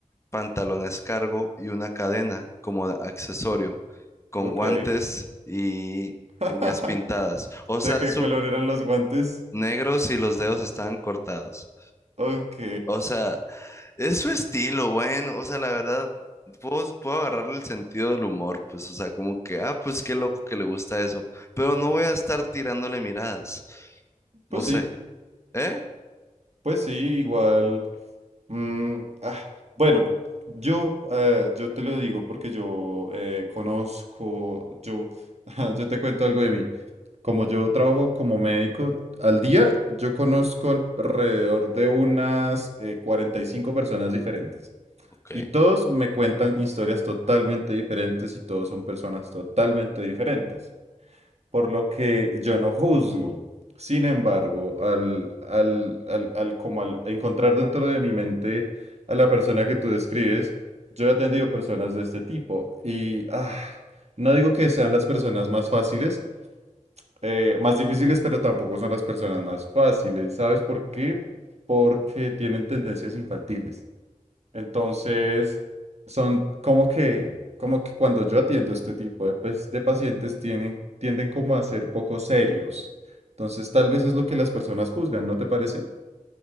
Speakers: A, on the left; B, on the right.
A: pantalones cargo y una cadena como accesorio, con
B: Ok.
A: guantes y
B: <laughs>
A: uñas pintadas. O sea,
B: ¿De qué
A: su
B: color eran los guantes?
A: negros y los dedos estaban cortados.
B: Ok.
A: O sea, es su estilo, bueno, o sea, la verdad, puedo, puedo agarrarle el sentido del humor, pues, o sea, como que, ah, pues qué loco que le gusta eso, pero no voy a estar tirándole miradas, no
B: Pues
A: sé,
B: sí.
A: ¿eh?
B: Pues sí, igual. mm, ah, bueno, yo, eh, yo te lo digo porque yo eh, conozco, yo, <laughs> yo te cuento algo de mí. Como yo trabajo como médico al día, yo conozco alrededor de unas eh, 45 personas diferentes.
A: Ok.
B: Y todos me cuentan historias totalmente diferentes y todos son personas totalmente diferentes por lo que yo no juzgo. Sin embargo, al, al, al, al- como al encontrar dentro de mi mente a la persona que tú describes, yo he atendido personas de este tipo y ah, no digo que sean las personas más fáciles, eh, más difíciles, pero tampoco son las personas más fáciles. ¿Sabes por qué? Porque tienen tendencias infantiles. Entonces, son como que, como que cuando yo atiendo este tipo de, pues, de pacientes tienen, tienden como a ser poco serios. Entonces, tal vez es lo que las personas juzgan, ¿no te parece?